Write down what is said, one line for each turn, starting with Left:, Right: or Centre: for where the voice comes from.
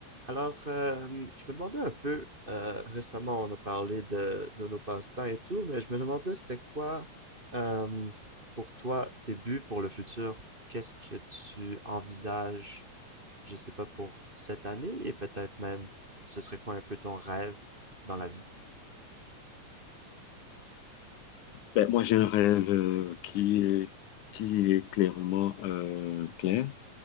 Right: Alors, euh, je me demandais un peu, euh, récemment on a parlé de, de nos passe-temps et tout, mais je me demandais c'était quoi euh, pour toi tes buts pour le futur? Qu'est-ce que tu envisages, je sais pas, pour cette année et peut-être même ce serait quoi un peu ton rêve dans la vie?
Left: Ben, moi, j'ai un rêve euh, qui est, qui est clairement euh, clair.